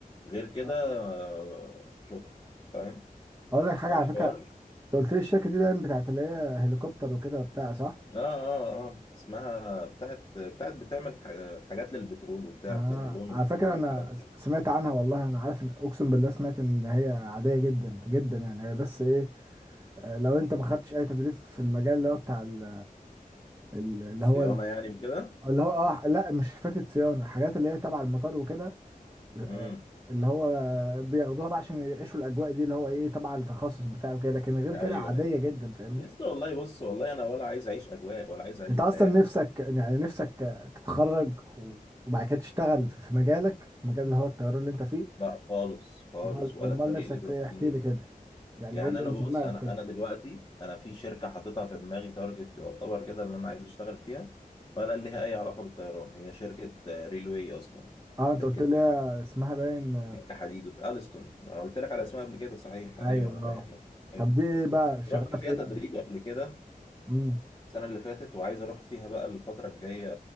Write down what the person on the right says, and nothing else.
آه.
هقول لك حاجه
على فكره انت قلت لي الشركه دي باين بتاعت اللي هي هليكوبتر وكده وبتاع صح
آه
على
فكره انا
س-
سمعت عنها والله انا عارف ان اقسم بالله سمعت ان هي عاديه جدا جدا يعني هي بس ايه آه، لو انت ما خدتش اي تدريب في المجال اللي هو بتاع ال- ال- اللي
هو ال-
اللي هو اه لا مش فكره صيانه حاجات اللي هي تبع المطار وكده آه،
اللي هو بياخدوها بقى عشان يعيشوا الاجواء دي اللي هو ايه تبع التخصص بتاعه كده لكن غير
كده عاديه
جدا فاهمني
انت
اصلا نفسك يعني نفسك تتخرج و- وبعد كده تشتغل في في مجالك في مجال اللي هو الطيران اللي انت فيه
امال
امال
نفسك
في ايه احكي
لي كده يعني
قول لي
اللي
في دماغك
كده
اه انت
قلت لي اسمها باين
ايوه
اه
طب دي ايه بقى شغاله
في ايه
امم